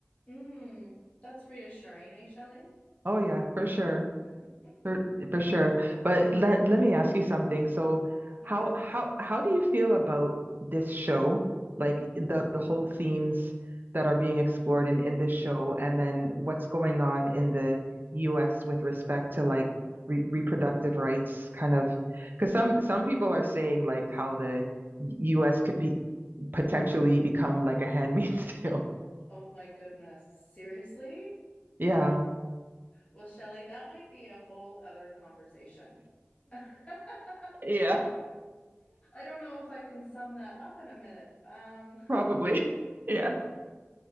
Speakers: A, on the left (about 30°); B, on the right (about 50°).
A: Mm, that's reassuring, eh, Shelley?
B: Oh yeah, for sure.
A: Mm,
B: For, for sure. But let let me ask you something. So
A: yeah.
B: how how how do you feel about this show? Like the the whole themes that are being explored in in this show and then what's going on in the US with respect to like re reproductive rights kind of because some some people are saying like how the US could be potentially become like a handmaid's <laughs> tale.
A: Oh my goodness. Seriously?
B: Yeah.
A: Well, Shelley, that might be a whole other conversation. <laughs> I
B: Yeah,
A: don't know if I can sum that up in a minute. Um,
B: probably. <laughs> Yeah.